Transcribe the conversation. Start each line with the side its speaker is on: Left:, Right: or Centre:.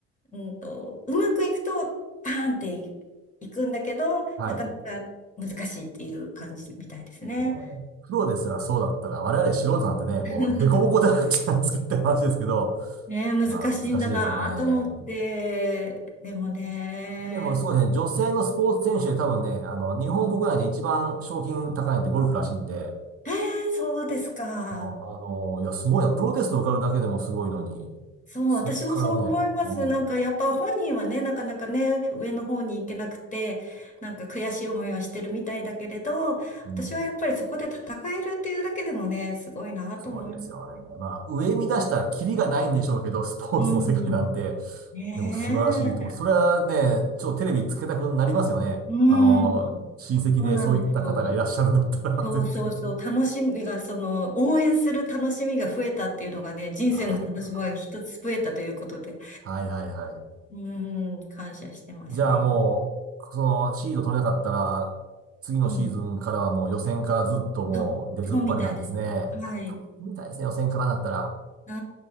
Left: うんと、うまくいくと、パーンっていいくんだけど、
Right: はい。
Left: なかなか難しいっていう感じみたいですね。
Right: もうね、プロですらそうだったら、我々素人なんてね、もうデコボコだらけじゃなんですかって話ですけど、
Left: <laughs> ねえ、難しいんだなと思って、
Right: まあ難しいですよね。
Left: でもね、
Right: でもすごいですね、女性のスポーツ選手で多分ね、あの、日本国内で一番賞金高いのってゴルフらしいんで、
Left: えー、そうですか。
Right: まあ、あの、いや、すごいな。プロテスト受かるだけでもすごいのに、
Left: そう、
Right: そっからね、
Left: 私もそう思います。
Right: も
Left: なんかやっぱ本人はね、なかなかね、上の方に行けなくて、なんか悔しい思いをしてるみたいだけれど、
Right: う、
Left: 私はやっぱりそこで戦えるっていうだけでもね、
Right: うん
Left: すごいなと思います。
Right: すごいですよね。まあ、上見出したらキリがないんでしょうけど、スポーツの世界なんて、
Left: うん。ねえ。
Right: でも素晴らしいと思う。それはね、ちょっとテレビつけたくなりますよね。
Left: うん。
Right: あの、親戚でそういった方がいらっしゃるんだったら、
Left: そうなんですよ。そうそうそう。
Right: <laughs> 絶対に。
Left: 楽しみが、その、応援する楽しみが増えたっていうのがね、人生の楽しみが一つ増えたということで、
Right: ああ、はいはいはい。
Left: うん、感謝してますね。
Right: じゃあもう、そのシード取れなかったら、次のシーズンからはもう予選からずっともう出ずっぱりなんですね。
Left: うん。そう、そうみたいです。はい。
Right: あれ大変みたいですね、予選からだったら。
Left: う